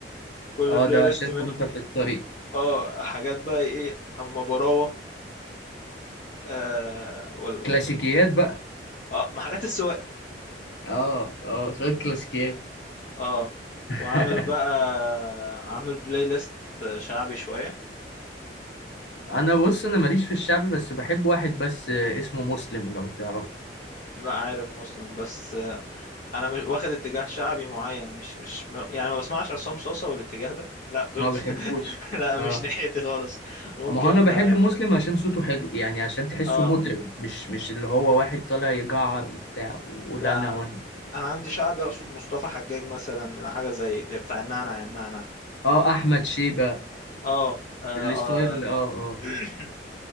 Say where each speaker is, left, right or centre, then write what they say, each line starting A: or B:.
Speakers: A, on the left (about 50°); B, on the left (about 80°).
A: كل
B: اه
A: بلاي
B: ده
A: ليست
B: عشان
A: منهم
B: كنت في الطريق
A: اه حاجات بقى ايه اما براوه آه وال
B: كلاسيكيات
A: وال
B: بقى
A: اه ما حاجات السواقه
B: اه اه شوية كلاسيكيات
A: اه
B: <laughs>
A: وعامل بقى عامل بلاي ليست شعبي شوية
B: انا بص انا ماليش في الشعبي بس بحب واحد بس آه، اسمه مسلم لو تعرفه
A: لا عارف مسلم بس انا مش واخد اتجاه شعبي معين مش مش م- يعني ما بسمعش عصام صوصة والاتجاه ده لا دول
B: ما بحبوش
A: <laughs> لا
B: اه
A: مش ناحيتي خالص ممكن
B: ما هو انا بحب
A: اه
B: مسلم عشان صوته حلو يعني عشان تحسه
A: آه،
B: مطرب مش مش اللي هو واحد طالع يجعر بتاع ويقول
A: لا
B: انا
A: انا
B: وانا
A: أنا عندي شعبي اقصد مصطفى حجاج مثلا حاجة زي بتاع النعنع يا منعنع
B: اه احمد شيبة
A: اه اه,
B: الستايل
A: آه.
B: اه اه
A: <clears throat>